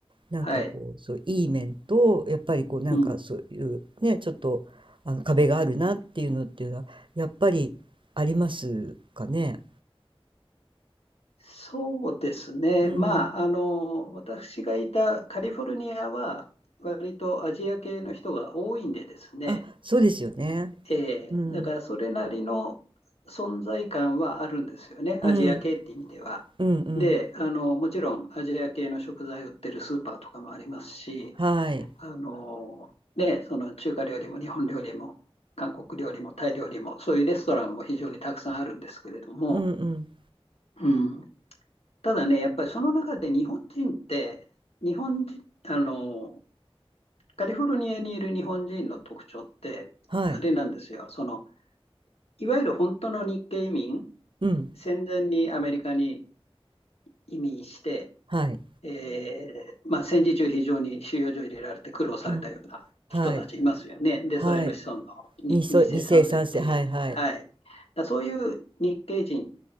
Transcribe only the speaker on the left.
はい。
うん
そうですね。
まあ、あの、私がいたカリフォルニアは、割とアジア系の人が多いんでですね、
えーだからそれなりの存在感はあるんですよね、
アジア系って意味では。
で、あの、もちろんアジア系の食材売ってるスーパーとかもありますし、
あの、ね、その中華料理も日本料理も韓国料理もタイ料理も、そういうレストランも非常にたくさんあるんですけれども、
うんただね、やっぱりその中で日本人って、日本人、あの、カリフォルニアにいる日本人の特徴って、
あれなんですよ。その、いわゆる本当の日系移民、
戦前にアメリカに移民して、
えーまあ、戦時中非常に収容所入れられて苦労されたような人たちいますよね。
で、
それの子孫のに2世、
3世っていう。
はい。だそういう日系人